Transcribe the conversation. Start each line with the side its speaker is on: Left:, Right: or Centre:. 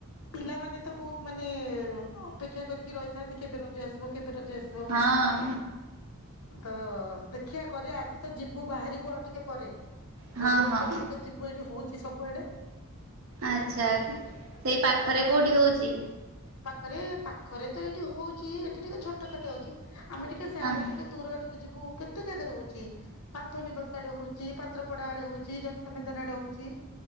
Left: ପିଲାମାନେ ତ ବହୁତ୍ ମାନେ ହଁ ଅପେକ୍ଷା କରିକି ରହିଥାନ୍ତି କେବେ ରଜା ଆସିବ କେବେ ରଜା ଆସିବ।
Right: ହଁ।
Left: ତ ଦେଖିବା କରିବା ଆଜି ତ ଯିବୁ ବାହାରିବୁ ଆଉ ଟିକେ ପରେ
Right: ହଁ
Left: ରଜ ଉତ୍ସବ
Right: ହଁ
Left: ଟିକେ ଯିବ୍ ସବୁ ଏଠି ହଉଛି ସବୁଆଡେ।
Right: ଆଚ୍ଛା, ସେଇ ପାଖରେ
Left: ଆଉ ତମର
Right: କୋଉଠି
Left: କ
Right: ହଉଛି?
Left: ପାଖରେ, ପାଖରେ ତ ଏଇଠି ହଉଛି ଏଠି ଟିକେ ଛୋ କେତେ କେତେ ଅଛି, ଆମେ ଟିକେ ସେଆଡେ
Right: ହଁ ହଁ
Left: ଟିକେ ଦୂର ଆଡକୁ କୁ ଯିବୁ କେତେ ଜାଗାରେ ହଉଛି ପାନ୍ଥ ନିବାସ ଆଡେ ହଉଛି ପାତ୍ର ପଡା ଆଡେ ହଉଛି ଜନତା ମଇଦାନ ଆଡେ ହଉଛି।